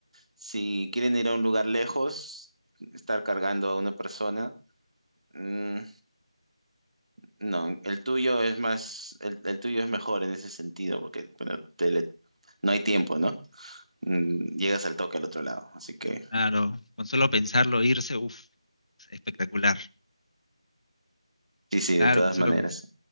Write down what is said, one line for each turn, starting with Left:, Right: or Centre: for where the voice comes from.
Right: si quieren ir a un lugar lejos, estar cargando a una persona. mm, no, el tuyo es más, el, el tuyo es mejor en ese sentido, porque bueno, te le- no hay tiempo, no mm, llegas al toque al otro lado. Así que
Left: Claro, con solo pensarlo, irse, uff, espectacular,
Right: sí, sí,
Left: claro,
Right: de todas
Left: con solo,
Right: maneras.